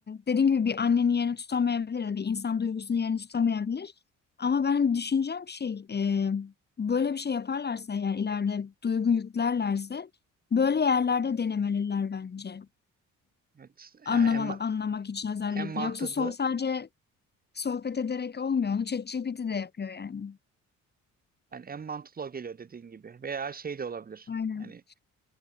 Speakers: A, on the left; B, on the right.
A: dediğim gibi bir annenin yerini tutamayabilir ya da bir insan duygusunun yerini tutamayabilir. Ama benim düşüncem şey e, böyle bir şey yaparlarsa eğer ileride duygu yüklerlerse böyle yerlerde denemeliler bence.
B: Evet,
A: Anlama,
B: yani en, ma-
A: anlamak için özellikle.
B: en mantıklı
A: Yoksa sol sadece sohbet ederek olmuyor. Onu ChatGPT de yapıyor yani.
B: yani en mantıklı o geliyor dediğin gibi veya şey de olabilir.
A: Aynen.
B: Yani